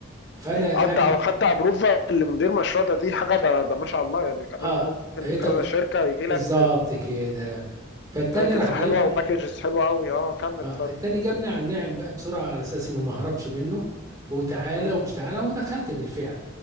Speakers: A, on the right; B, on the left.
A: فانا
B: آه، انت
A: انا
B: او حتى ابروفا لمدير مشروع ده دي حاجه ده, ده ما شاء الله يعني كمان
A: اه
B: ممكن
A: هي-
B: كذا شركه يجي
A: بالظبط
B: لك
A: كده فالتاني
B: تايتلز
A: راح جايبني
B: حلوه وباكجز حلوه قوي اه كمل
A: آه،
B: اتفضل
A: التاني جابني على الناعم بقى بسرعة على أساس إنه ما هربش منه وتعالى
B: امم
A: ومش تعالى ودخلت بالفعل